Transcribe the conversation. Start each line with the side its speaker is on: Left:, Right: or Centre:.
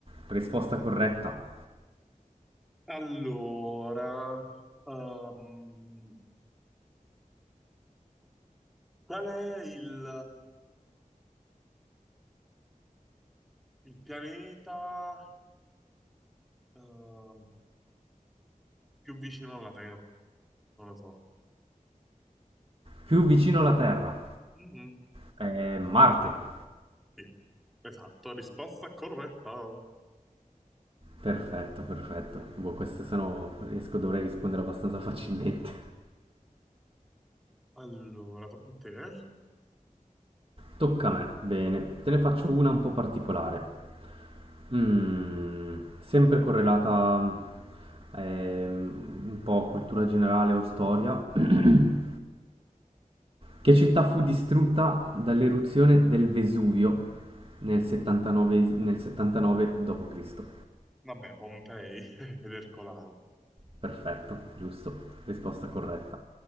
Right: risposta corretta.
Centre: Allora, ehm, qual è il, il pianeta eh, più vicino alla Terra? Non lo so.
Right: Più vicino alla Terra.
Centre: Mhm,
Right: Eh, Marte.
Centre: sì, esatto, risposta corretta.
Right: Perfetto, perfetto. Boh, queste se no riesco, dovrei rispondere abbastanza facilmente.
Centre: Allora, tocca a te. eh?
Right: Tocca a me, bene, te ne faccio una un po' particolare, Mm, sempre correlata ehm, un po' a cultura generale o storia. <clears throat> Che città fu distrutta dall'eruzione del Vesuvio nel 79, nel 79 d.C.?
Centre: Vabbè, Pompei <laughs> ed Ercolano.
Right: Perfetto, giusto, risposta corretta.